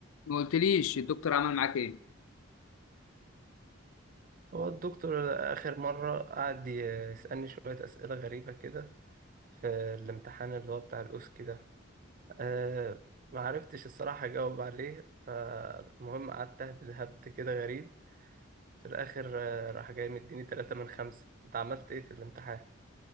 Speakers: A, on the left; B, on the right.
A: ما قلتليش الدكتور عمل معاك ايه
B: هو الدكتور آخر مرة قعد يسألني شوية أسئلة غريبة كده في الامتحان اللي هو بتاع الأوسكي ده أه معرفتش الصراحة أجاوب عليه فالمهم قعدت أهبد هبد كده غريب في الآخر آه، راح جاي مديني تلاتة من خمسة أنت عملت إيه في الامتحان؟